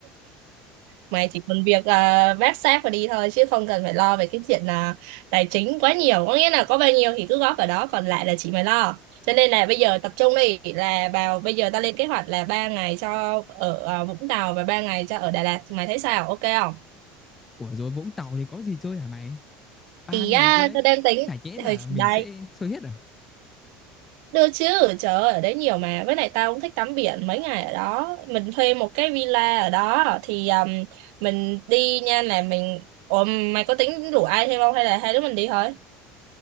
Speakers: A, on the right; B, on the left.
A: Mày chỉ cần việc à, vác xác và đi thôi, chứ không cần phải lo về cái chuyện là tài chính quá nhiều. Có nghĩa là có bao nhiêu thì cứ góp vào đó, còn lại là chị mày lo. Cho nên là bây giờ tập trung đi, là vào bây giờ ta lên kế hoạch là ba ngày cho ở à, Vũng Tàu và ba ngày cho ở Đà Lạt. Mày thấy sao? Ok không?
B: ủa rồi Vũng Tàu thì có gì chơi hả mày ba
A: Thì
B: ngày
A: à,
B: cơ đấy
A: tao đang tính
B: chả nhẽ
A: thời
B: là mình
A: đây
B: sẽ chơi hết à
A: Được chứ, trời ơi, ở đấy nhiều mà. Với lại tao cũng thích tắm biển mấy ngày ở đó. Mình thuê một cái villa ở đó thì um, mình đi nha là mình... Ủa, mày có tính rủ ai thêm không hay là hai đứa mình đi thôi?